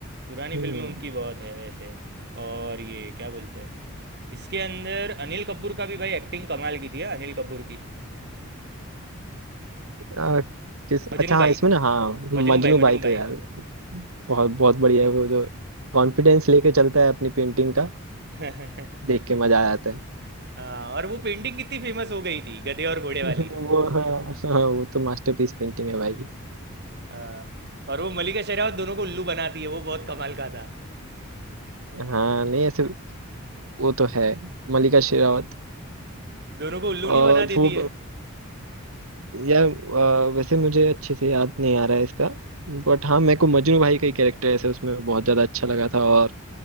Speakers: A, on the right (about 50°); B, on the right (about 75°).
A: पुरानी
B: हम्म
A: फिल्म में उनकी बहुत है वैसे और ये क्या बोलते हैं इसके अंदर अनिल कपूर का भी भाई एक्टिंग कमाल की थी हाँ, अनिल कपूर की
B: आ, किस अच्छा
A: मजनू
B: हाँ
A: भाई
B: इसमें ना हाँ
A: मजनू
B: मजनू
A: भाई
B: भाई
A: मजनू
B: तो
A: भाई
B: यार बहुत बहुत बढ़िया है वो जो कॉन्फिडेंस लेके चलता है अपनी पेंटिंग का
A: <laughs>
B: देख के मजा आ जाता है
A: हाँ और वो पेंटिंग कितनी फेमस हो गई थी गधे और घोड़े वाली
B: <laughs> वो हाँ हाँ वो तो मास्टरपीस पेंटिंग है भाई
A: हाँ, और वो मलिका शेरावत दोनों को उल्लू बनाती है वो बहुत कमाल का था
B: हाँ नहीं ऐसे वो तो है मलिका शेरावत
A: दोनों को उल्लू नहीं
B: और
A: बना देती
B: वो
A: है
B: यार अ, वैसे मुझे अच्छे से याद नहीं आ रहा है इसका बट हाँ मेरे को मजनू भाई का ही कैरेक्टर ऐसे उसमें बहुत ज्यादा अच्छा लगा था और